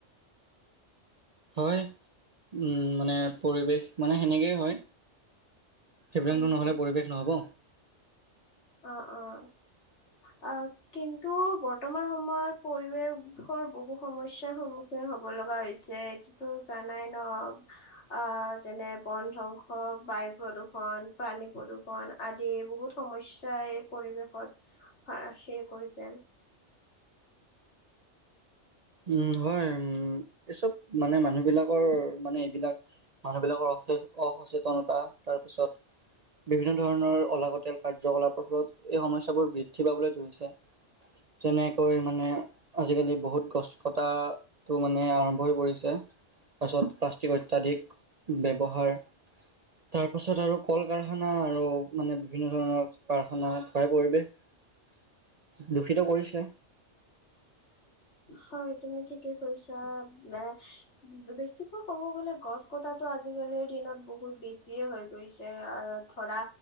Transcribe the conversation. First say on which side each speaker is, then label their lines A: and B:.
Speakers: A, on the right; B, on the left.
A: হয়। উম মানে পৰিৱেশ মানে হেনেকেই হয় শিবৰাংনো
B: উম
A: নহ'লে পৰিৱেশ নহ'ব
B: অ, অ'। অ', কিন্তু বৰ্তমান সময়ত পৰিৱেশ শৰ বহু সমস্যা সন্মু <unintelligible> হব লগা হৈছে। কিটো জানাই ন, আ-আ যেনে-বন ধ্বংস, বায়ু প্ৰদূষণ, প্ৰাণী প্ৰদূষণ আদি বহুত সমইচ <unintelligible> পৰিৱেশত ফাৰ শে কৰিছে।
A: উম হয়। উ উ ম এইচব মানে মানুহ বিলাক ক ৰ, মানে এইবিলাক মানুহবিলাকৰ এসেছ অসচেতনতা, তাৰ পিছত বিভিন্ন ধৰণৰ অলাগতিয়াল কাৰ্যকলাপৰ ফলত এই সমস্যাবোৰ বৃদ্ধি পাবলৈ ধৰিছে। যেনে কৈ মানে আজিকালি বহুত গছ কটা টো মানে আৰম্ভ হৈ পৰিছে, তাৰপাছত প্লাষ্টিক অত্যাধিক ব্যৱহাৰ, তাৰ পাছত আৰু কল কাৰখানা আৰু মানে বিভিন্ন ধৰণৰ কাৰখানা ধুৱাই পৰিৱেশ দূষিত কৰিছে!
B: হয় তুমি ঠিকে কৈছা এ বেছিকৈ কব গলে গছ কটাাতটো আজিকালিৰ দিনত বহুত বেছিয়ে হৈ গৈছে ধৰা